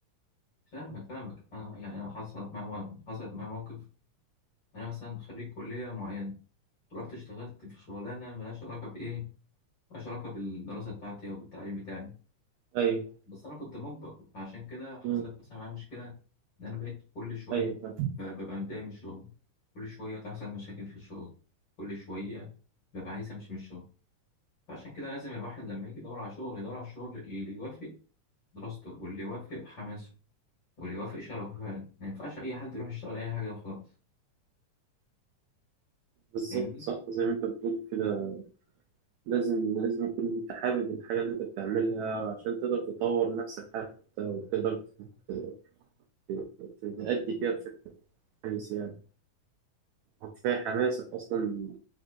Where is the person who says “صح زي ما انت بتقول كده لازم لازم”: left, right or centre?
Right